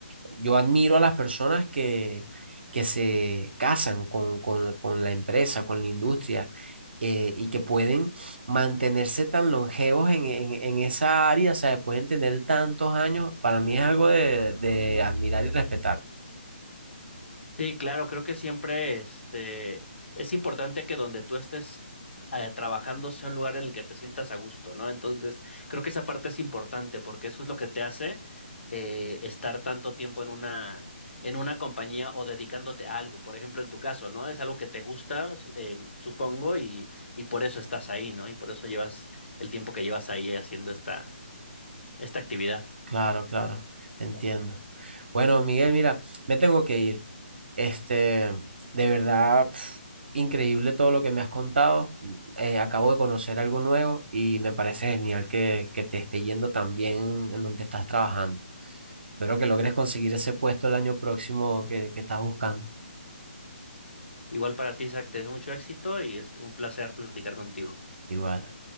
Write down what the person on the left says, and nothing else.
Sí, claro, creo que siempre este, es importante que donde tú estés eh, trabajando sea un lugar en el que te sientas a gusto, ¿no? Entonces, creo que esa parte es importante porque eso es lo que te hace eh, estar tanto tiempo en una, en una compañía o dedicándote a algo. Por ejemplo, en tu caso, ¿no? Es algo que te gusta, su- eh, supongo, y, y por eso estás ahí, ¿no? Y por eso llevas el tiempo que llevas ahí haciendo esta, esta actividad.
Igual para ti, Zach, te deseo mucho éxito y es un placer platicar contigo.